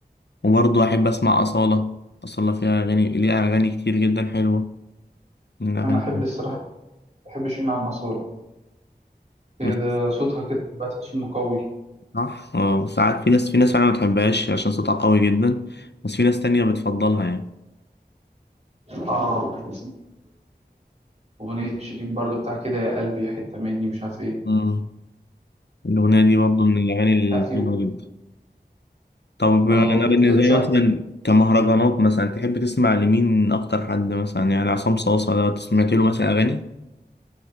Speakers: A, on the left; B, on the right.
A: وبرضه احب اسمع أصالة أصالة فيها اغاني ليها اغاني كتير جدا حلوة من الاغاني
B: انا احب الصراحه ما بحبش ان على الاصاله هي
A: مش-
B: ده صوتها كده بتحس انه قوي
A: صح اه ساعات في ناس في ناس فعلا ما بتحبهاش عشان صوتها قوي جدا بس في ناس تانية بتفضلها يعني
B: اه في اغنيه شيرين برضو بتاع كده يا قلبي حته مني مش عارف ايه
A: مم. الأغنية دي برضه من الأغاني
B: بتاع فيه
A: الحلوة جدا طب انا
B: اه اتشهر
A: بالنسبه لي مثلا كمهرجانات مثلا تحب تسمع لمين اكتر حد مثلا يعني عصام صاصا ده سمعت له مثلا اغاني